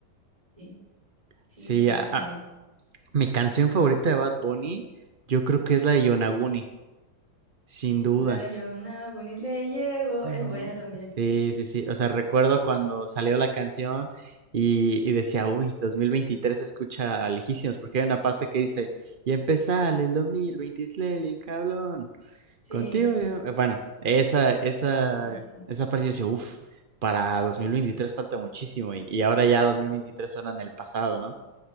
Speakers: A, on the right (about 15°); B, on the right (about 50°).
A: Sí. Sí,
B: Sí,
A: para
B: a-
A: mí también.
B: a- mi canción favorita de Bad Bunny, yo creo que es la de Yonaguni, sin duda.
A: Ya yo no, ni le llego,
B: Digo,
A: es buena también.
B: Sí, sí, sí. O sea, recuerdo cuando salió la canción y, y decía, uy, 2023 se escucha lejísimos, porque hay una parte que dice, y empezale el 2023, bien cabrón.
A: Sí,
B: Contigo, yo- eh, bueno, esa, esa,
A: sí, sí.
B: esa parte yo decía, uff, para 2023 falta muchísimo y, y ahora ya 2023 suena en el pasado, ¿no?